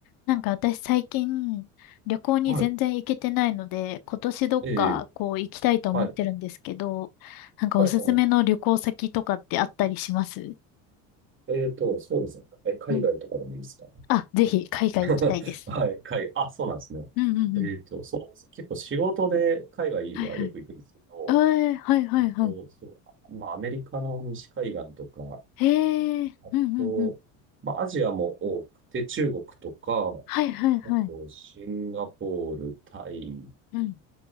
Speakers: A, on the left (about 65°); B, on the right (about 30°).
A: なんか私最近旅行に全然行けてないので、
B: はい。
A: 今年どっかこう行きたいと思ってるんですけど、
B: ええ、はい。
A: なんかおすすめの旅行先とかってあったりします
B: はい、はい。えっと、そうですね。え、海外とかでもいいですか
A: うん。あ、ぜひ海外行きたいです。
B: <laughs> はい、海外。あ、そうなんですね。
A: うんうんうん。
B: えっと、そうですね。結構仕事で海外はよく行くんですけど、
A: はいはい。ええ、はいはいはい。
B: えっと、そう、まあ、アメリカの西海岸とか、
A: へえ、
B: あと、
A: うんうんうん。
B: まあ、アジアも多くて、中国とか、
A: はいはいはい。
B: あと、シンガポール、タイ、
A: うん。